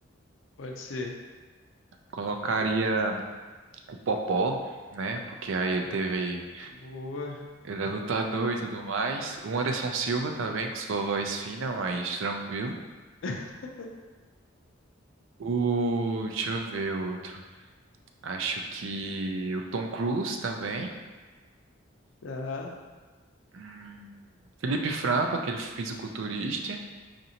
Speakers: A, on the left; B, on the right.
A: Pode ser.
B: Colocaria o Popó, né? Porque aí ele teve.
A: Boa.
B: Ele é lutador e tudo mais. O Anderson Silva também, com sua voz fina, mas tranquilo.
A: <laughs>
B: O. Deixa eu ver outro. Acho que o Tom Cruise também.
A: Tá,
B: Hum, Felipe Franco, aquele fisiculturista.